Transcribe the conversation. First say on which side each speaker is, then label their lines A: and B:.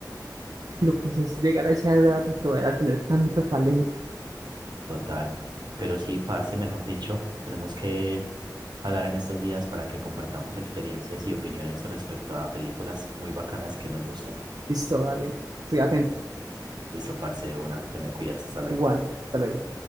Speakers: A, on the right; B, on the right.
A: Lo que es, es llegar a esa edad y todavía tener tanto talento.
B: Total. Pero sí, parce, mejor dicho, tenemos que hablar en estos días para que compartamos experiencias y opiniones respecto a películas muy bacanas que nos gusten.
A: Listo, dale, estoy atento.
B: Listo, parce, de una. Te me cuidas. Hasta luego.
A: Igual, hasta luego.